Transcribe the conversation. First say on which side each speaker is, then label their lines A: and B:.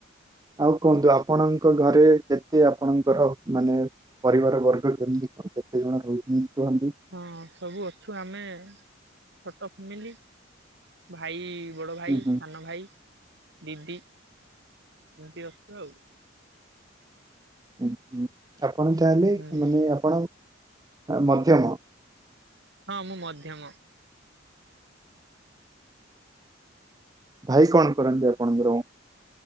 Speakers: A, on the right; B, on the right.
A: ଆଉ କୁହନ୍ତୁ ଆପଣଙ୍କ ଘରେ କେତେ ଆପଣଙ୍କର ମାନେ ପରିବାର ବର୍ଗ କେମିତି କଣ କେତେ ଜଣ ରହୁଚନ୍ତି?
B: ହଁ ସବୁ ଅଛୁ ଆମେ ଛୋଟ ଫ୍ୟାମିଲି। ଭାଇ ବଡ ଭାଇ
A: ହୁଁ ହୁଁ
B: ସାନ ଭାଇ। ଦିଦି ଏମିତି ଅଛୁ ଆଉ।
A: ହୁ ହୁଁ ଆପଣ ତାହେଲେ
B: ହୁଁ।
A: ମାନେ ଆପଣ ମଧ୍ୟମ।
B: ହଁ ମୁଁ ମଧ୍ୟମ।
A: ଭାଇ କଣ କରନ୍ତି ଆପଣଙ୍କର?